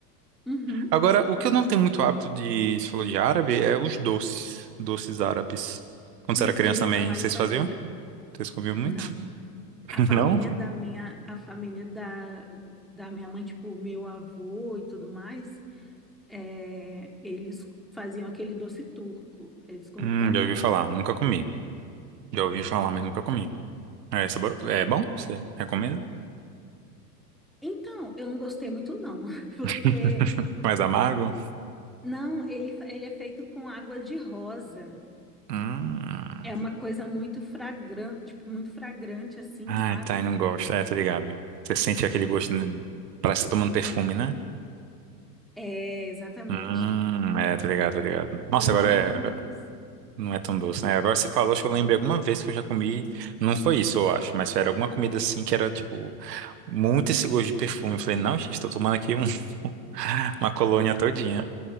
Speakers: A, in the centre; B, on the right (about 75°).
A: Uhum.
B: Agora, o que eu não tenho muito hábito de, se falou de árabe, é os doces, doces árabes. Quando
A: Hum,
B: você era criança
A: Eu ia
B: também,
A: falar
B: vocês
A: isso
B: faziam?
A: agora.
B: Vocês comiam muito?
A: Não.
B: <laughs>
A: A família
B: Não?
A: da minha, a família da, da minha mãe, tipo, meu avô e tudo mais, é, eles faziam aquele doce turco, eles comiam
B: Hum,
A: bastante.
B: já ouvi falar, nunca comi. Já ouvi falar, mas nunca comi. É, é sabor... é bom? Você recomenda?
A: Então, eu não gostei muito não, <laughs> porque
B: <laughs> Mais amargo?
A: não, ele, ele é feito com água de rosa.
B: Hum.
A: É uma coisa muito fragrante, tipo, muito fragrante assim,
B: Ai,
A: sabe?
B: tá, eu não gosto. É, tô ligado. Você sente aquele gosto, né? Parece que tá tomando perfume, né?
A: É, exatamente.
B: Hum, é, tô ligado, tô ligado. Nossa,
A: E não
B: agora
A: é
B: é
A: tão doce.
B: Não é tão doce, né? Agora você falou, acho que eu lembrei alguma vez que eu já comi. Não foi isso, eu acho, mas era alguma comida assim que era, tipo, muito esse gosto de perfume. Eu falei, não, gente, tô tomando aqui um- <laughs> uma colônia todinha.